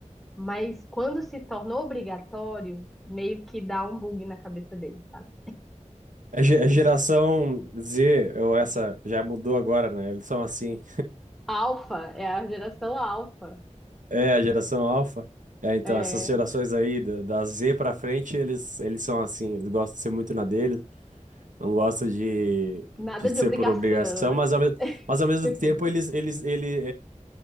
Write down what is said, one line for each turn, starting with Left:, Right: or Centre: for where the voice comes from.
Centre: Mas quando se tornou obrigatório, meio que dá um bug na cabeça dele, sabe?
Right: A ge- a geração Z, ou essa, já mudou agora, né? Eles são assim.
Centre: Alfa, é a geração alfa.
Right: É, a geração Alpha. É, então,
Centre: É,
Right: essas gerações aí, da, da Z pra frente, eles, eles são assim, eles gostam de ser muito na deles, não gostam de,
Centre: nada
Right: de ser
Centre: de obrigação,
Right: por obrigação,
Centre: né?
Right: mas ao mesmo mas ao mesmo
Centre: <laughs>
Right: tempo eles eles ele